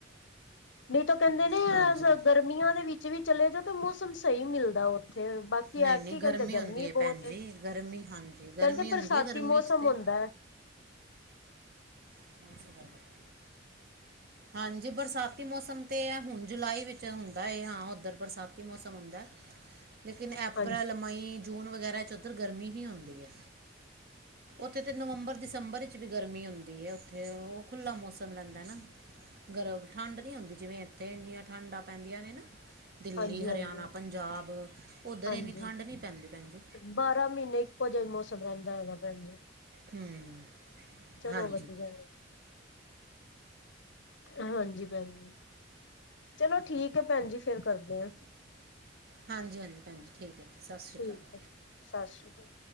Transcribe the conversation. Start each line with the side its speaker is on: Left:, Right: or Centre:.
Left: ਨਹੀਂ ਤਾਂ ਕਹਿੰਦੇ ਨੇ
Right: ਹਾਂਜੀ
Left: ਗਰਮੀਆਂ ਦੇ ਵਿੱਚ ਵੀ ਚਲੇ ਜਾਓ ਤੇ ਮੌਸਮ ਸਹੀ ਮਿਲਦਾ ਉੱਥੇ, ਬਾਕੀ ਕੀ
Right: ਨਹੀਂ
Left: ਐਤਕੀ
Right: ਨਹੀਂ
Left: ਕਹਿੰਦੇ ਗਰਮੀ
Right: ਹੁੰਦੀ
Left: ਬਹੁਤ
Right: ਭੈਣ ਜੀ
Left: ਹੈ।
Right: ਗਰਮੀ ਹਾਂਜੀ ਗਰਮੀ
Left: ਕਹਿੰਦੇ ਬਰਸਾਤੀ
Right: ਹੁੰਦੀ ਹੈ ਗਰਮੀ
Left: ਮੌਸਮ
Right: 'ਚ ਤੇ
Left: ਹੁੰਦਾ ਹੈ।
Right: <inaudible> ਹਾਂਜੀ ਬਰਸਾਤੀ ਮੌਸਮ ਤੇ ਹੁਣ ਜੁਲਾਈ ਵਿੱਚ ਹੁੰਦਾ ਹੈ, ਹਾਂ ਉੱਧਰ ਬਰਸਾਤੀ ਮੌਸਮ ਹੁੰਦਾ। ਲੇਕਿਨ, ਅਪ੍ਰੈਲ
Left: ਹਾਂਜੀ
Right: ਮਈ ਜੂਨ ਵਗੈਰਾ 'ਚ ਉੱਧਰ ਗਰਮੀ ਹੀ ਹੁੰਦੀਂ ਹੈ। ਉੱਥੇ ਤਾਂ ਨਵੰਬਰ ਦਸੰਬਰ ਵਿੱਚ ਵੀ ਗਰਮੀ ਹੁੰਦੀ ਹੈ, ਉੱਥੇ ਉਹ ਖੁੱਲ੍ਹਾ ਮੌਸਮ ਰਹਿੰਦਾ ਨਾ। ਗਰ, ਠੰਡ ਨਹੀਂ ਹੁੰਦੀ, ਜਿਵੇਂ ਇੱਥੇ ਇੰਨੀਆਂ ਠੰਡਾਂ ਪੈਂਦੀਆਂ ਨੇ ਨਾ। ਦਿੱਲੀ
Left: ਹਾਂਜੀ
Right: ਹਰਿਆਣਾ
Left: ਹਾਂਜੀ
Right: ਪੰਜਾਬ ਉੱਧਰ
Left: ਹਾਂਜੀ
Right: ਇੰਨੀ ਠੰਡ ਨਹੀਂ ਪੈਂਦੀ ਭੈਣ ਜੀ।
Left: ਬਾਰਾਂ ਮਹੀਨੇ ਇੱਕੋ ਜਿਹਾ ਹੀ ਮੌਸਮ ਸਮਰਦਾ ਹੈਗਾ ਭੈਣ ਜੀ
Right: ਹੂੰ
Left: ਚਲੋ
Right: ਹਾਂਜੀ
Left: ਵਧੀਆ ਹਾਂਜੀ ਭੈਣ ਜ ਚਲੋ ਠੀਕ ਹੈ। ਭੈਣ ਜੀ ਫੇਰ ਕਰਦੇ ਹਾ।
Right: ਹਾਂਜੀ ਹਾਂਜੀ ਭੈਣਜੀ ਠੀਕ ਹੈ। ਜੀ- ਸਤਿ ਸ਼੍ਰੀ
Left: ਠੀਕ
Right: ਅਕਾਲ
Left: ਹੈ ਜੀ ਸਤਿ ਸ਼੍ਰੀ ਅਕਾਲ